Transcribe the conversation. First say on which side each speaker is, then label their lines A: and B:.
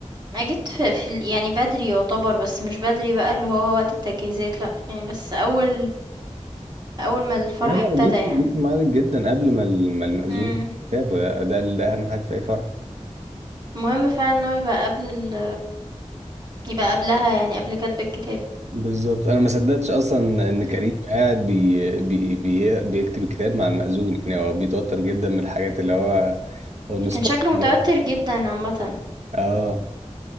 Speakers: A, on the right (about 35°); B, on the right (about 70°).
A: ما جيت في, في ال- يعني بدري يعتبر بس مش بدري بقى اللي هو وقت التجهيزات لا يعني بس اول اول ما الفرح
B: لا لا
A: ابتدى
B: جيت
A: يعني
B: جيت في ميعادك جدا قبل ما ال- ما المأذون
A: امم
B: كتاب ده ده ده اهم حاجة في اي فرح
A: مهم فعلا ان هو يبقى قبل ال يبقى قبلها يعني قبل كتب الكتاب
B: بالظبط انا ما صدقتش اصلا ان
A: امم
B: كريم قاعد بي بي بي بيكتب الكتاب مع المأذون يعني هو بيتوتر جدا من الحاجات اللي هو هو نصبه
A: كان شكله متوتر
B: فيها.
A: جدا عامة
B: اه